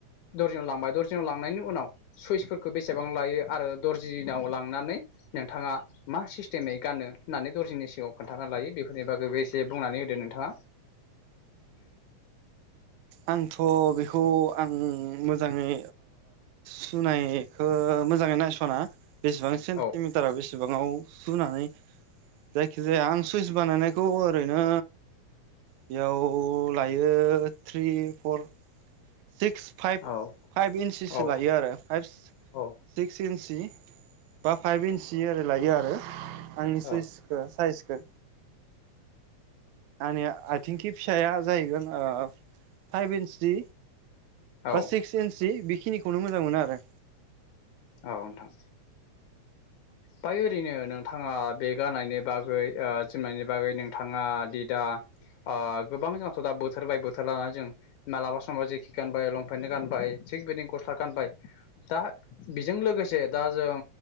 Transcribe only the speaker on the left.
लांबाय दरिज लांनायनि उनाव सुइसफोरखौ बेसेबां लायो आरो दर्जिनाव लांनानै नोंथाङा मा सिस्टेमै गानो होननानै दर्जिनि सिगाङाव खोन्थाना लायो बेफोरनि बागैबो एसे बुंनानै होदो नोंथाङा
औ
औ
औ
औ
औ
औ
औ नोंथां बाय ओरैनो नोंथाङा बे गाननायनि बागै जोमनायनि बागै नोंथाङा दि दा गोबां जोंथ' दा बोथोरबाय बोथोर लानानै जों मालाबा समाव जेकि गानबाय लंपेन्ट गानबाय थिग बिदिनो गस्ला गानबाय दा बेजों लोगोसे दा जों